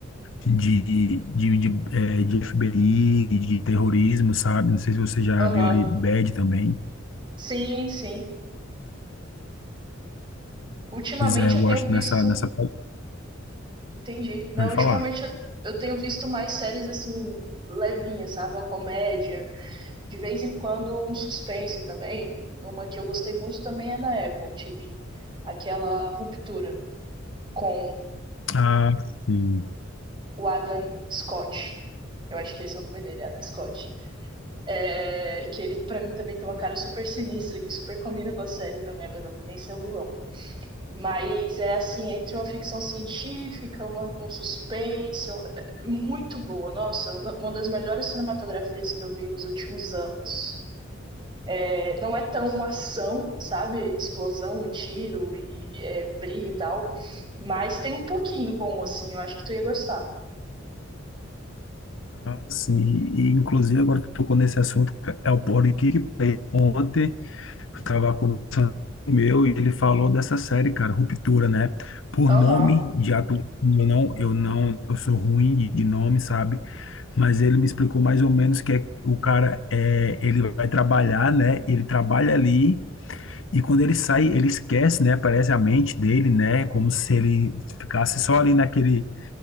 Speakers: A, on the left; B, on the right.
A: de, de, de, é, de FBI, de terrorismo, sabe, não sei se você já
B: Aham.
A: viu ali Bad também.
B: Sim, sim. Ultimamente
A: Pois é, eu
B: eu
A: gosto
B: tenho visto.
A: nessa, nessa, pe-
B: Entendi. Não,
A: pode
B: ultimamente
A: falar.
B: eu, eu tenho visto mais séries assim, levinhas, sabe? Uma comédia. De vez em quando, um suspense também. Uma que eu gostei muito também é na Apple TV. Aquela ruptura com
A: Ah, sim.
B: o Adam Scott. Eu acho que esse é o nome dele, Adam Scott. É, que ele, para mim, também tem uma cara super sinistra, que super combina com a série também, apesar de nem ser o um vilão. Mas é assim, entre uma ficção científica, uma, um suspense, é, muito boa. Nossa, uma das melhores cinematografias que eu vi nos últimos anos. É, não é tão uma ação, sabe? Explosão e tiro e é, briga e tal. Mas tem um pouquinho bom, assim, eu acho que tu ia gostar.
A: Ah, sim, e inclusive agora que tocou nesse assunto, é o Politic Play. Ontem Eu tava conversando com o meu e ele falou dessa série, cara, Ruptura, né? Por
B: Aham.
A: nome de ator, eu não, eu não, eu sou ruim de, de nome, sabe? Mas ele me explicou mais ou menos que é, o cara é, ele vai trabalhar, né? Ele trabalha ali e quando ele sai, ele esquece, né? Parece a mente dele, né? Como se ele ficasse só ali naquele,